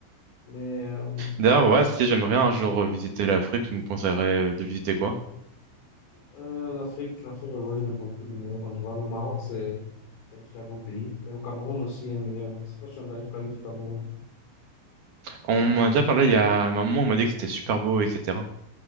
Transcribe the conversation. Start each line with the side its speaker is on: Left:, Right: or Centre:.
Left: Mais euh,
Right: D'ailleurs, ouais, si j'aimerais un jour euh, visiter l'Afrique, tu me conseillerais euh, de visiter quoi?
Left: euh, l'Afrique, l'Afrique regorge de beaucoup de meilleurs endroits. Le Maroc, c'est c'est un très beau pays. Mais le Cameroun aussi est meilleur. Je sais pas si on a parler du Cameroun.
Right: On m'a déjà parlé il y a un moment, on m'a dit que c'était super beau, etc.